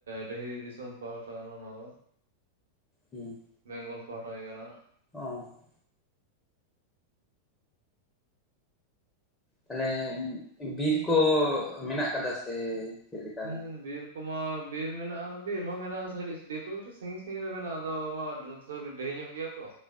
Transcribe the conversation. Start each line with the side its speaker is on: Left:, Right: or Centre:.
Right: ᱰᱟᱹᱦᱤ ᱫᱤᱥᱚᱢ ᱯᱟᱦᱴᱟ ᱠᱟᱱᱟ ᱱᱚᱣᱟ ᱫᱚ
Left: ᱦᱩᱸ
Right: ᱵᱮᱝᱜᱚᱞ ᱯᱟᱦᱴᱟ ᱜᱮ ᱠᱟᱱᱟ᱾
Left: ᱚ ᱛᱟᱦᱞᱮ ᱵᱤᱨ ᱠᱚ ᱢᱮᱱᱟᱜ ᱠᱟᱫᱟ ᱥᱮ? ᱪᱮᱫ ᱞᱮᱠᱟ
Right: ᱦᱩᱸ
Left: ᱵᱟᱝ?
Right: ᱵᱤᱨ ᱠᱚᱢᱟ ᱵᱤᱨ ᱢᱮᱱᱟᱜᱼᱟ ᱵᱤᱨ ᱦᱚᱸ ᱢᱮᱱᱟᱜᱼᱟ᱾ ᱵᱤᱨ ᱠᱚᱫᱚ ᱠᱟᱹᱴᱤᱡ ᱥᱟᱺᱜᱤᱧ ᱥᱟᱺᱜᱤᱧ ᱨᱮ ᱢᱮᱱᱟᱜᱼᱟ ᱟᱫᱚ ᱱᱚᱛᱮ ᱫᱚ ᱰᱟᱹᱦᱤ ᱧᱚᱜ ᱜᱮᱭᱟ ᱛᱚ